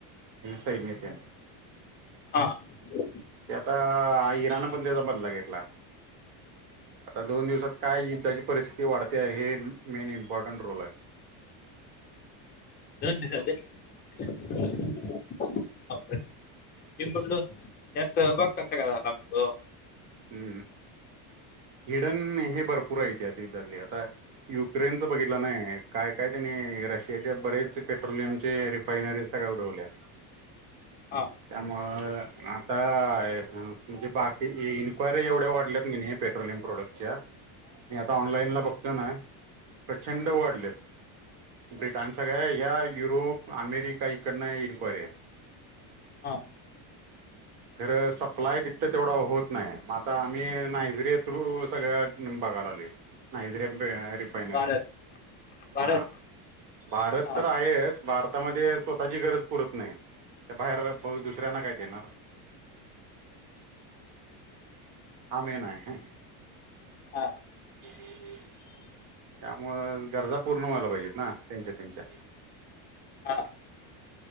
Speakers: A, on the right; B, on the left.
A: सैन्यात त्या.
B: हां हां.
A: ते आता इराण पण त्याचा बदला घेतलाय. आता दोन दिवसात काय युद्धाची परिस्थिती वाढत्या, हे मेन इम्पॉर्टंट रोल हाय.
B: दोन दिवसांत हो ईऊन बसलो,, यात सहभाग कसा काय झाला म्हणालो?
A: हम्म,, हिडन हे भरपूर आहे तिधली आता युक्रेनचं बघितलं नाही, काय काय त्यानी रशियाच्या बरेच पेट्रोलियम चे फयनारीज सगळ्या उडवल्या
B: हा.
A: त्यामुऴं आता, म्हणजे बाकीची इनक्वायरी एवढ्या वाढल्यात क नाही, पेट्रोलियम प्रोडक्ट च्या, मी आता ऑनलाईन ला बघतो ना, प्रचंड वाढल्यात. ब्रिटान, सगळं ह्या युरोप, अमेरिका इकडन इन्क्वायरी आहेत.
B: हा
A: खरं सप्लाय तिथं तेवढा होत नाहीय, मग आता आम्ही नायजेरिया थ्रू सगळ्या बघायला लागलोय. नायजेरिया रिफानरी
B: भारत भारत
A: हां. भारत
B: हा
A: तर आहेच, भारतामध्ये स्वतःची गरज स्वतः ता पुरत नाही. त्या बाहेर रफु दुसऱ्यांना काय देणार. हा मेन हाय, ह
B: हा
A: हम्म हम्म. त्यामुळं गरजा पूर्ण व्हायला पाहिजेत ना, त्यांच्या त्यांच्या.
B: हा